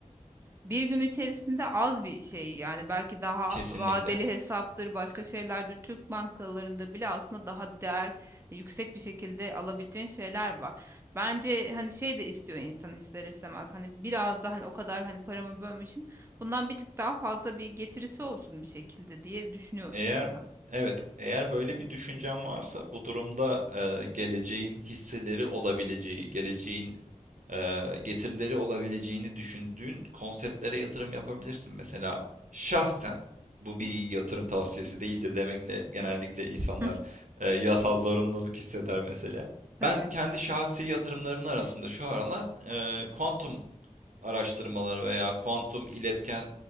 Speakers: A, on the right; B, on the right.
A: Bir gün içerisinde az bir şey yani belki daha
B: kesinlikle.
A: vadeli hesaptır başka şeylerdir Türk bankalarında bile aslında daha değer yüksek bir şekilde alabileceğin şeyler var. Bence hani şey de istiyor insan ister istemez hani biraz daha hani o kadar hani paramı bölmüşüm bundan bir tık daha fazla bir getirisi olsun bir şekilde diye düşünüyor
B: Eğer
A: insan.
B: evet, eğer böyle bir düşüncen varsa bu durumda eee, geleceğin hisseleri olabileceği, geleceğin eee, getirileri olabileceğini düşündüğün konseptlere yatırım yapabilirsin. Mesela şahsen bu bir yatırım tavsiyesi değildir demekle genellikle insanlar
A: <laughs>
B: eee, yasal zorunluluk hisseder mesela.
A: Tabii
B: Ben kendi şahsi yatırımlarımın arasında şu aralar eee kuantum araştırmaları veya kuantum iletken